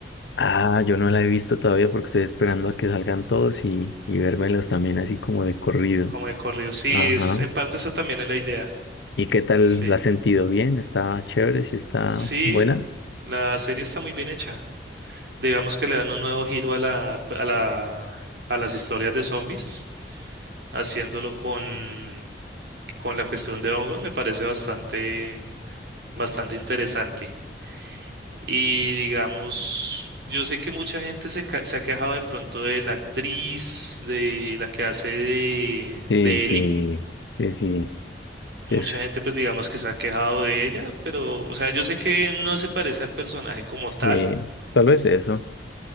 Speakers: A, on the left (about 80°); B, on the right (about 65°).
A: ah, yo no la he visto todavía porque estoy esperando a que salgan todos y, y vérmelos también así como de corrido.
B: Como de corrido, sí,
A: Ajá.
B: es, en parte esa también es la idea.
A: ¿Y qué tal
B: Sí,
A: la has sentido? ¿Bien? ¿Está chévere? ¿Si está
B: sí,
A: buena?
B: la serie está muy bien hecha. Digamos que le dan un nuevo giro a la, a la, a las historias de zombies, haciéndolo con, con la cuestión de hongos, me parece bastante, bastante interesante. Y digamos, yo sé que mucha gente se, ca- se ha quejado de pronto de la actriz, de la que hace de,
A: Sí,
B: de
A: sí,
B: Ellie.
A: sí, sí,
B: Mucha
A: sí, es-
B: gente, pues digamos que se ha quejado de ella, pero, o sea, yo sé que no se parece al personaje como tal,
A: sí, solo es eso.